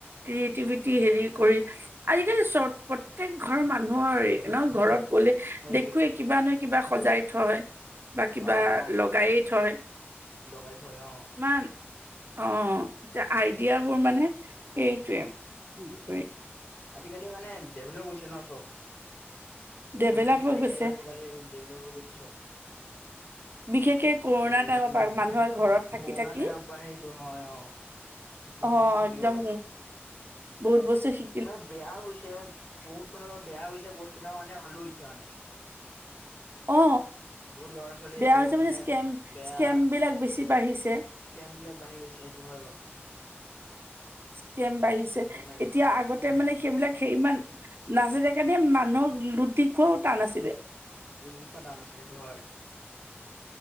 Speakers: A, on the right (about 60°); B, on the left (about 40°).
A: ক্ৰিয়েটিভিটি হেৰি কৰি আজিকালি চব প্ৰত্যেক ঘৰৰ মানুহৰেই। ন ঘৰত গ'লে
B: সেইটোৱে
A: দেখোৱেই কিবা নহয় কিবা সজাই থয়। বা কিবা
B: অ অ
A: লগায়েই থয়
B: লগাই থয় অ
A: ইমান। অ' এতিয়া আইডিয়াবোৰ মানে সেইটোৱেই।
B: আজিকালি মানে ডেভেলপ হৈছে ন' চব। ফোনটো
A: ডেভেলপ
B: চাই
A: হৈ গৈছে
B: চাইও আজিকালি ডেভেলপ হৈ গৈছে চব।
A: বিশেষকে কৰোণা
B: আজিকালি
A: টাইমৰ
B: মানে
A: পৰা মানুহৰ ঘৰত থাকি
B: কৰোণা
A: থাকি
B: টাইমৰ পৰা সেইটো হয় অ'। বহুত
A: অ
B: বস্তু
A: একদম
B: শিকিব পাইছে।
A: বহুত বস্তু শি
B: মানে বেয়াও হৈছে। বহুত পিনৰ পৰা বেয়াও হৈছে। বহুত পিনৰ পৰা মানে ভালো হৈছে মানে।
A: অ
B: বহুত লৰা-ছোৱালী
A: বেয়া
B: বহুত
A: হৈছে
B: মানে
A: স্কেম
B: বেয়া
A: স্কেম বিলাক বেছি বাঢ়িছে।
B: স্কেম বিলাক বাঢ়ি গৈছে সেইটো হয় বাৰু।
A: স্কেম বাঢ়িছে
B: স্কেম বাঢ়ি
A: এতিয়া
B: গৈছে
A: আগতে
B: উম
A: মানে সেইবিলাক সেই ইমান নাছিলে কাৰণে মানুহ লুটি খুৱোৱাও নাছিলে।
B: <unintelligible> খোৱা টান আছিলে সেইটো হয়।